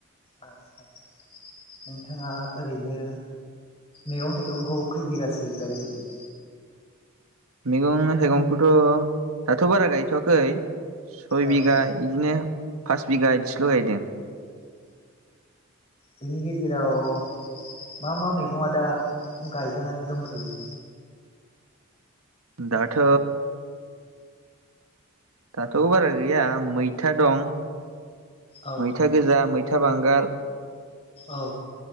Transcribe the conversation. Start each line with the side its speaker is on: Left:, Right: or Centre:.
Left: आस्सा नोंथाङा ओरैनो मैगं थाइगंखौ खै बिगासो गायो बायदि
Right: मैगं थाइगंखौथ' दाथ' बारा गायथ'वाखै सय
Left: औ
Right: बिघा बिदिनो फास बिगा बिदिसल' गायदों
Left: बेनि गेजेराव मा मा मैगं आ दा गायजानानै दंथ'यो
Right: दाथ' दाथ' बारा गैया मैथा दं
Left: औ
Right: मैथा गोजा मैथा मिथा बांगाल
Left: औ